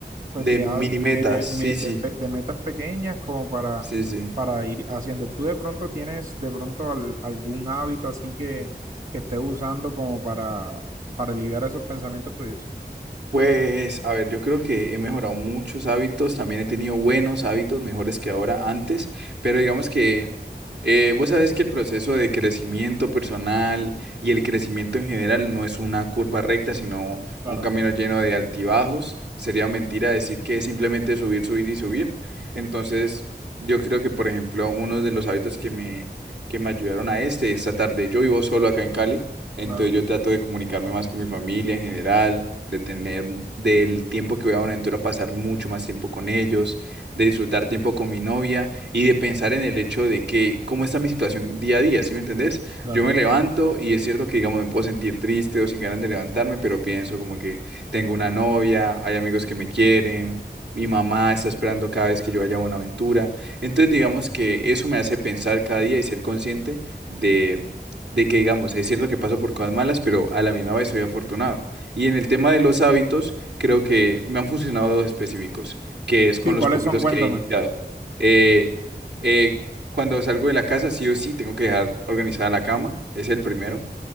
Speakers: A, on the right; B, on the right.
A: pues
B: De
A: de,
B: mini
A: hab-
B: metas,
A: de, de,
B: sí,
A: me- de
B: sí,
A: pe- de metas pequeñas como para,
B: sí, sí.
A: para ir haciendo. ¿Tú de pronto tienes de pronto al- algún hábito así que, que estés usando como para, para aliviar esos pensamientos tuyos?
B: Pues, a ver, yo creo que he mejorado muchos hábitos, también he tenido buenos hábitos, mejores que ahora antes, pero digamos que eh, vos sabés que el proceso de crecimiento personal y el crecimiento en general no es una curva recta, sino
A: Claro,
B: un camino lleno de altibajos. Sería mentira decir que es simplemente subir, subir y subir. Entonces, yo creo que, por ejemplo, uno de los hábitos que me, que me ayudaron a este, esta tarde, yo vivo solo acá en Cali. Entonces
A: claro,
B: yo trato de comunicarme más con mi familia en general, de tener m- del tiempo que voy a Buenaventura pasar mucho más tiempo con ellos, de disfrutar tiempo con mi novia y de pensar en el hecho de que cómo está mi situación día a día, ¿sí me entendés?
A: claro.
B: Yo me levanto y es cierto que digamos me puedo sentir triste o sin ganas de levantarme, pero pienso como que tengo una novia, hay amigos que me quieren. Mi mamá está esperando cada vez que yo vaya a Buenaventura. Entonces, digamos que eso me hace pensar cada día y ser consciente de de que digamos, es cierto que paso por cosas malas, pero a la misma vez soy afortunado. Y en el tema de los hábitos, creo que me han funcionado dos específicos, que es con
A: Sí, ¿cuáles
B: los poquitos
A: son? Cuéntame.
B: que he iniciado. Eh, eh, cuando salgo de la casa, sí o sí, tengo que dejar organizada la cama, es el primero.